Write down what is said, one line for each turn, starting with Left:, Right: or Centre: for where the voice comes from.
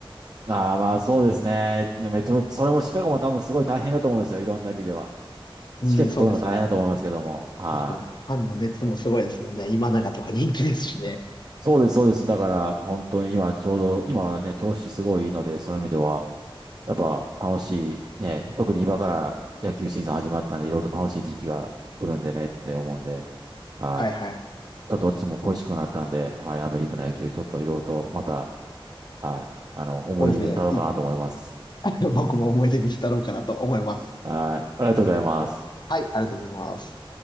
Right: ああ、まあそうですね。めっちゃ、それもシカゴも多分すごい大変だと思いますよ。いろんな意味では。
Left: <laughs>
Right: チケット取るのは大変だと思いますけども。
Left: うん、そうですよね。
Right: はい。
Left: 確かに。ファンの熱もすごいですもんね。今永とか人気ですしね。
Right: そうです、そうです。だから、本当に今ちょうど、今はね、調子すごいいいので、そういう意味では、やっぱ楽しい、ね、特に今から野球シーズン始まったんで、いろいろと楽しい時期が来るんでねって思うんで、はい。
Left: はいはいはい。
Right: ちょっと私も恋しくなったんで、
Left: そうです。
Right: はい、アメリカの野球、ちょっといろいろとまた、はい、あの、思い出に浸ろうかなと思います。
Left: そうですね。い <laughs> 僕も思い出に浸ろうかなと思います。
Right: はい、ありがとうございます。
Left: はい、ありがとうございます。